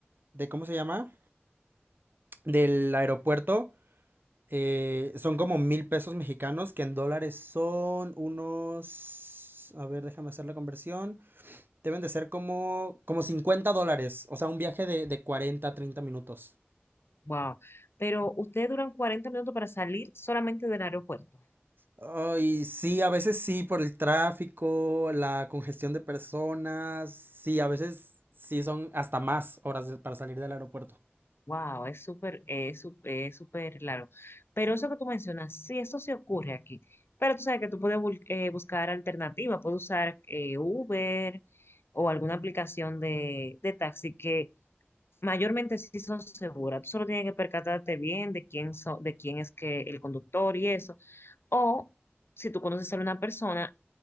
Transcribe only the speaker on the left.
Wow. Pero ustedes duran 40 minutos para salir solamente del aeropuerto.
Wow, es súper, es sú- es súper largo. Pero eso que tú mencionas, sí, eso sí ocurre aquí. Pero tú sabes que tú puedes bul- eh, buscar alternativas, puedes usar eh, Uber o alguna aplicación de, de taxi que Mayormente sí son seguras. Tú solo tienes que percatarte bien de quién so- de quién es que el conductor y eso. O si tú conoces a una persona